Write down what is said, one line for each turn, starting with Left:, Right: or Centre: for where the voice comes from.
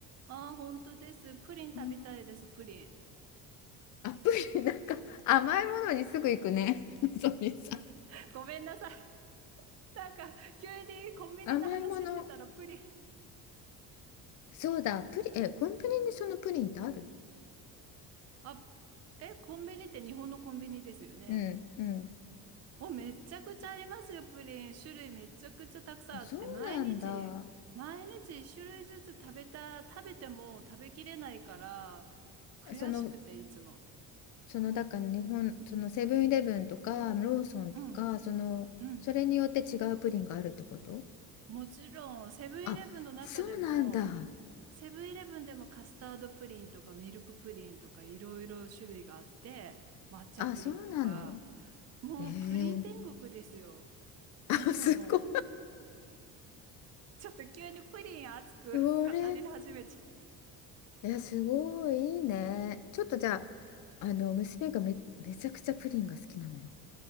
Right: あ、本当です。プリン食べたいです、
Left: うん。
Right: プリン。
Left: アプリ、なんか甘いものにすぐ行くね、のぞみさん。
Right: <laughs> ごめんなさい。<laughs> なんか、急にコンビニの話してたらプリン。
Left: 甘いもの。そうだ、プリえ、コンプリにそのプリンってある
Right: あ、え、コンビニって日本のコンビニですよね。
Left: うんうん。
Right: お、めっちゃくちゃありますよ、プリン。種類めちゃくちゃたくさんあって、
Left: そうなんだ。
Right: 毎日、毎日一種類ずつ食べた、食べても食べきれないから、悔しくて、
Left: その、
Right: いつも。
Left: その、だから日本、そのセブンイレブンとかローソンとか、
Right: うん、
Left: その、
Right: うん。
Left: それによって違うプリンがあるってこと
Right: もちろん、セブンイレブンの中でも、
Left: あ、そうなんだ。
Right: セブンイレブンでもカスタードプリンとかミルクプリンとかいろいろ種類があって、抹茶プリンとか、
Left: あ、そうなの
Right: もうプリン天国ですよ。
Left: ええ <laughs> あ、
Right: も
Left: すごい。
Right: う、ちょっと急にプリン熱く
Left: それ、
Right: <laughs> 語り始めちゃう。
Left: いや、すごいいいね。ちょっとじゃあ、あの、娘がめ、めちゃくちゃプリンが好きなのよ。